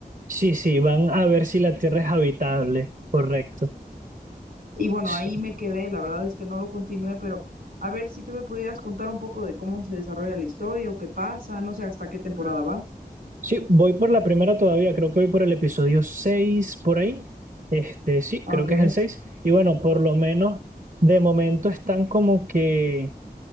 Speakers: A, on the right; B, on the right.
A: Sí, sí, van a ver si la Tierra es habitable, correcto.
B: Y bueno,
A: Sí,
B: ahí me quedé, la verdad es que no lo continué, pero a ver si tú me pudieras contar un poco de cómo se desarrolla la historia o qué pasa, no sé hasta qué temporada vas.
A: sí, voy por la primera todavía, creo que voy por el episodio 6 por ahí. Este, sí,
B: Ah,
A: creo
B: Ok,
A: que es el 6. Y bueno, por lo menos de momento están como que